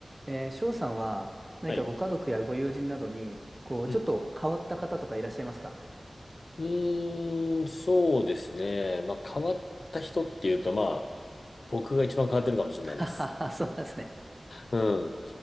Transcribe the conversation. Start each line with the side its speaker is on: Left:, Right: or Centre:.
Right: えー、翔さんは何かご家族やご友人などに、
Left: はい。
Right: こう、
Left: うん。
Right: ちょっと変わった方とかいらっしゃいますか
Left: うーん、そうですね。まあ、変わった人っていうと、まあ、僕が一番変わってるかもしれないです。
Right: あはは <laughs> そうなんですね。
Left: うん。うん